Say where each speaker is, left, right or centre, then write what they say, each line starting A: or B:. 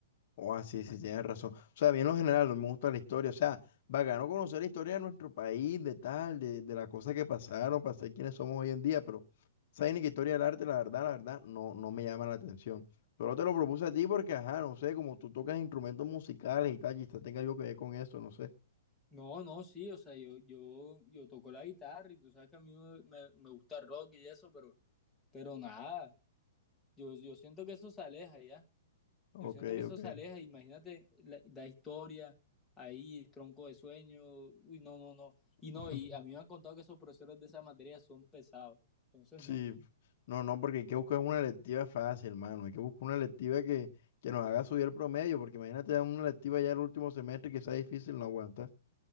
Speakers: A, on the left; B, in the centre.
A: Oh, ah, sí, sí, tienes razón. O sea, bien en lo general, no me gusta la historia. O sea, bacano conocer la historia de nuestro país, de tal, de, de las cosas que pasaron, para ser quienes somos hoy en día, pero esa ni que historia del arte, la verdad, la verdad, no, no me llama la atención. Pero te lo propuse a ti porque, ajá, no sé, como tú tocas instrumentos musicales y tal, quizás tenga yo que ver con eso, no sé.
B: No, no, sí, o sea, yo, yo, yo toco la guitarra y tú sabes que a mí me, me- me gusta el rock y eso, pero, pero nada, yo, yo siento que eso se aleja ya,
A: Ok,
B: yo siento que eso
A: ok.
B: se aleja, imagínate la, la historia ahí, tronco de sueño, uy, no, no, no, y no,
A: <laughs>
B: y a mí me han contado que esos profesores de esa materia son pesados, entonces
A: Sí,
B: no.
A: no, no, porque hay que buscar una electiva fácil, hermano. Hay que buscar una electiva que, que nos haga subir el promedio, porque imagínate dar una electiva ya el último semestre que sea difícil, no aguanta.